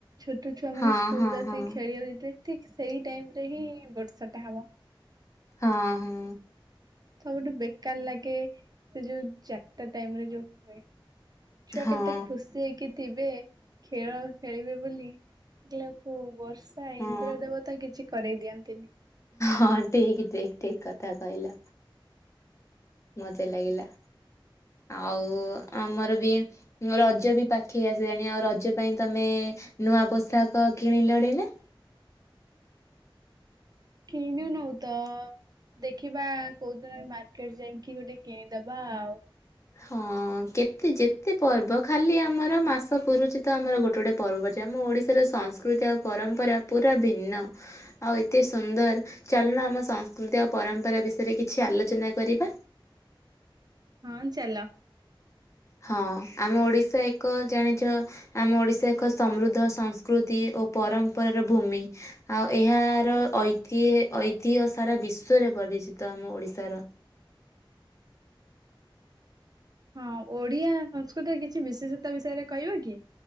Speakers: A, on the right; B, on the left.
A: ଛୋଟ ଛୁଆ
B: ହଁ
A: ମାନେ ସ୍କୁଲ
B: ହଁ
A: ରେ ଆସିକି
B: ହଁ
A: ଖେଳିବାକୁ ଯେତେବେ ଠିକ ସେଇ ଟାଇମ ରେ ହିଁ ବର୍ଷା ଟା ହବ।
B: ହଁ ହଁ
A: ସବୁଠୁ ବେକାର ଲାଗେ ସେ ଯୋଉ ଚାରିଟା ଟାଇମରେ ଯୋଉ ହୁଏ ଛୁଆ
B: ହଁ
A: କେତେ ଖୁସି ହେଇକି ଥିବେ ଖେଳ ଖେଳିବେ ବୋଲି <unintelligible> ବର୍ଷ ସା
B: ହଁ
A: ଇନ୍ଦ୍ର ଦେବତା କିଛି କରିଦିଅନ୍ତିନି
B: ହଁ ଠିକ ଠିକ ଠିକ କଥା କହିଲ ମଜା ଲାଗିଲା ଆଉ ଆମର ବି ରଜ ବି ପାଖେଇ ଆସିଲାଣି ଆଉ ରଜ ପାଇଁ ତମେ ନୂଆ ପୋଷାକ କିଣିଲଣି ନା?
A: କିଣିନୁତ ଦେଖିବା କୋଉଦିନ ମାର୍କେଟ ଯାଇକି ଗୋଟେ କିଣିଦବା ଆଉ।
B: ହଁ କେତେ ଯେତେ ପର୍ବ ଖାଲି ଆମର ମାସ ପୂରୁଛି ତ ଆମର ଗୋଟେ ଗୋଟେ ପର୍ବ ଅଛି। ଆମ ଓଡିଶାର ସଂସ୍କୃତି ଆଉ ପରମ୍ପରା ପୁରା ଭିନ୍ନ ଆଉ ଏତେ ସୁନ୍ଦର ଚାଲୁଣ ଆମ ସଂସ୍କୃତି ଆଉ ପରମ୍ପରା ବିଷୟରେ କିଛି ଆଲୋଚନା କରିବା।
A: ହଁ ଚାଲ
B: ହଁ ଆମ ଓଡିଶା ଏକ ଜାଣିଛ ଆମ ଓଡିଶା ଏକ ସମୃଦ୍ଧ ସଂସ୍କୃତି ଓ ପରମ୍ପରାର ଭୂମି ଆଉ ଏହାର ଐତିହ ଐତିହ୍ୟ ସାରା ବିଶ୍ଵରେ ପରିଚିତ ଆମ ଓଡିଶାର।
A: ହଁ ଓଡିଆ ସଂସ୍କୃତି କିଛି ବିଶେଷତା ବିଷୟରେ କହିବ କି?